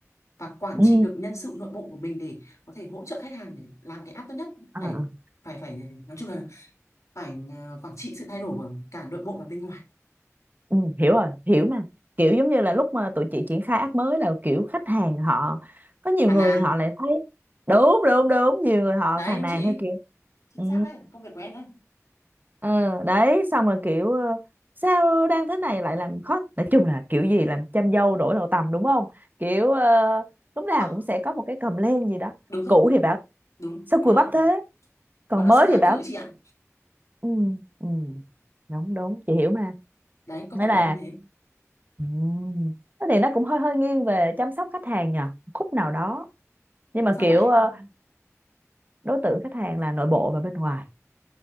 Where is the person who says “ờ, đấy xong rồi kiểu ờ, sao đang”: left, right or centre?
Right